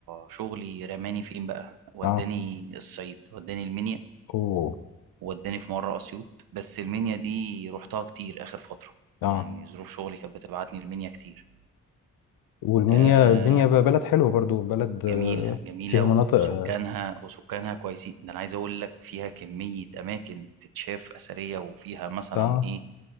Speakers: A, on the right (about 80°); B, on the left (about 75°).
A: شغلي رماني فين بقى وداني
B: اه
A: الصعيد وداني المنيا
B: اوه
A: ووداني في مرة أسيوط بس المنيا دي رحتها كتير آخر فترة
B: اه
A: يعني ظروف شغلي كانت بتبعتني المنيا كتير
B: والمنيا
A: آه
B: المنيا بقى بلد حلوة برضو بلد
A: جميلة
B: آه،
A: جميلة
B: فيها مناطق
A: وسكانها
B: اه
A: وسكانها كويسين ده أنا عايز أقول لك فيها كمية أماكن تتشاف أثرية وفيها مثلا
B: آه،
A: إيه